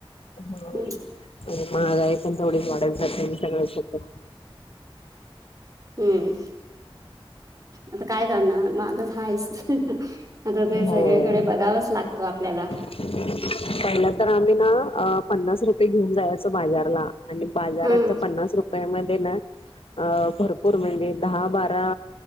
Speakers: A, on the left; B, on the right.
A: हा
B: हम्म
A: आणि महागाई पण थोडी वाढून जाते <inaudible>
B: हम्म आता काय करणार महागच हायच. आता ते सगळीकडे
A: हो
B: बघावंच लागतो आपल्याला.
A: पहिला तर आम्ही ना पन्नास रुपये घेऊन जायचो बाजारला. आणि बाजारात
B: हम्म
A: त्या पन्नास रुपया मध्ये ना अ भरपूर म्हणजे दहा बारा